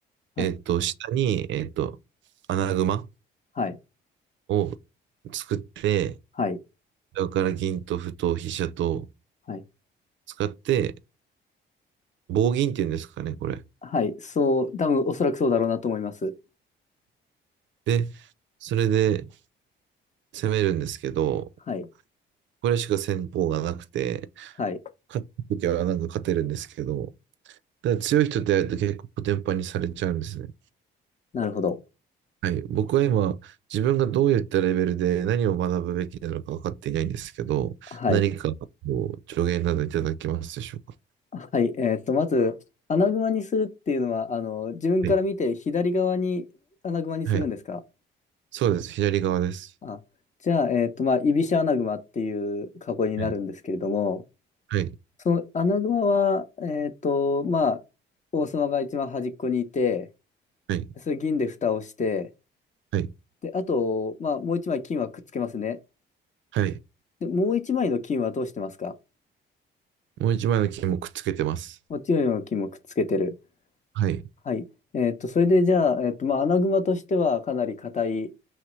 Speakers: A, on the left; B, on the right.
A: はい、
B: えっと、下に、えっと、穴熊
A: はい、
B: を作って、
A: はい、
B: それから銀と歩と飛車と
A: はい、
B: 使って、棒銀っていうんですかね、これ。
A: はい、そう、多分おそらくそうだろうなと思います。
B: で、それで攻めるんですけど、
A: はい、
B: これしか戦法がなくて、
A: はい、
B: 勝った時はなんか勝てるんですけど、だから強い人とやると結構コテンパンにされちゃうんですね。
A: なるほど。
B: はい。僕は今、自分がどういったレベルで何を学ぶべきなのか分かっていないんですけど、
A: はい。
B: 何かこう助言などいただけますでしょうか。
A: はい、えーっと、まず、穴熊にするっていうのは、あの、自分から見て左側に穴熊にするんですか
B: はい。はい。そうです。左側です。
A: あ、じゃあ、えーっと、まあ、居飛車穴熊っていう囲いになるんですけれども、
B: はい。はい。
A: その穴熊は、えーっと、まあ、王様が一番端っこにいて、
B: はい。
A: それ銀で蓋をして、
B: はい。
A: で、あと、まあ、もう一枚金はくっつけますね。
B: はい。
A: で、もう一枚の金はどうしてますか
B: もう一枚の金もくっつけてます。
A: こっちの金もくっつけてる。
B: はい。
A: はい。えーっと、それでじゃあ、えーっと、まあ、穴熊としてはかなり硬い